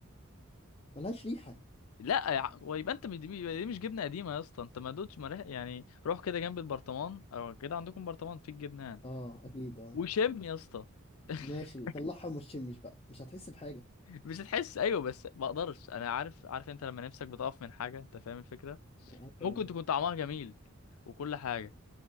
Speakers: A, on the left; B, on the left.
A: ملهاش ريحه
B: لا يا ع- ويبقى انت مش دي يبقى دي مش جبنه قديمه يا اسطى انت ما دوتش ما ريح- يعني روح كده جنب البرطمان او كده عندكم برطمان في الجبنان
A: اه اكيد اه
B: وشم يا اسطى <laughs>
A: ماشي طلعها وما تشمش بقى مش هتحس بحاجه
B: مش هتحس ايوه بس ما اقدرش انا عارف عارف انت لما نفسك بتقف من حاجه انت فاهم الفكره
A: آه، ايوه
B: ممكن
A: ايوه
B: تكون طعمها جميل وكل حاجة